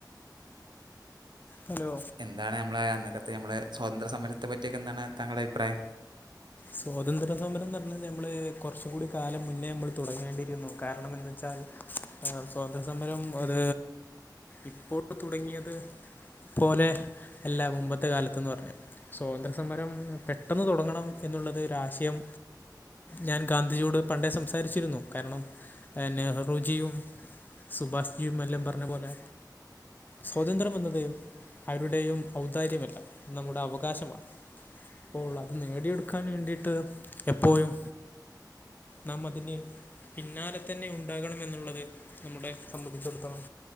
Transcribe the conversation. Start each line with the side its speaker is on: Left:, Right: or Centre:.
Left: ഹലോ
Right: എന്താണ് നമ്മെ അന്നക്കത്തെ നമ്മള് സ്വാതന്ത്ര സമരത്തെ പറ്റിയൊക്കെ എന്താണ് താങ്കുടെ അഭിപ്രായം?
Left: സ്വാതന്ത്ര്യ സമരം പറഞ്ഞാൽ നമ്മൾ കുറച്ച കൂടി കാലം മുന്നേ നമ്മൾ തുടങ്ങേണ്ടിയിരുന്നു കാരണം എന്തെന്ന് വെച്ചാൽ. ആ സ്വാതന്ത്ര്യ സമരം അത് ഇപ്പോൾ തുടങ്ങിയത്. പോലെ അല്ല മുമ്പത്തെ കാലത്ത്ന്ന് പറഞ്ഞ സ്വാതന്ത്ര്യ സമരം പെട്ടെന്ന് തുടങ്ങണം. എന്നുള്ളത് ഒരു ആശയം ഞാൻ ഗാന്ധിജിയോട് പണ്ടേ സംസാരിച്ചിരുന്നു കാരണം. നെഹ്റുജിയും സുഭാഷ്ജിയും എല്ലാം പറഞ്ഞ പോലെ. സ്വാതന്ത്ര്യം എന്നതയും അവരുടെയും ഔദാര്യമല്ല നമ്മുടെ അവകാശമാണ്. പ്പോള്ള അത് നേടിയെടുക്കാൻ വേണ്ടീട്ട് എപ്പോ ഴും. നാം അതിന്. പിന്നാലെ തന്നെ ഉണ്ടാകണം എന്നുള്ളത് നമ്മുടെ സംബന്ധിച്ചിടത്തോളം.